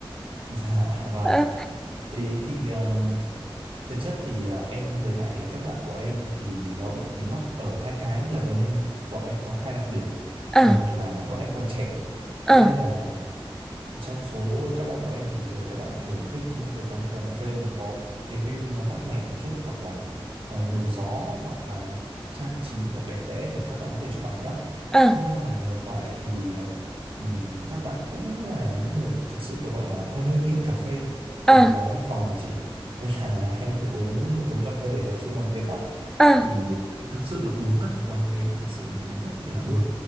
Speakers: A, on the right; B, in the centre.
A: dạ vâng
B: Ờ
A: thế thì um, thực chất thì uh, em với lại các bạn của em thì nó bị mắc ở hai cái là bên em bọn em có hai đặc điểm
B: ờ
A: một là bọn em còn trẻ
B: ờ
A: thế nên là Trong số các bạn của em thì kìa, các bạn thường thích những cái quán cà phê mà có cái view nó mát mẻ một chút hoặc là ờ, nhiều gió hoặc là trang trí kiểu đẹp đẽ để các bạn có thể chụp ảnh á.
B: ờ
A: Nhưng mà ngược lại thì ờ, ừm, các bạn cũng là những người thực sự là gọi là hơi hơi nghiện cà phê tại
B: ờ
A: vì làm văn phòng mà chị <laughs> nên là hay phải uống uống cà phê để tập trung làm việc á
B: ờ <laughs>
A: thì thực sự là uống các cái quán đấy thực sự là nó rất là buồn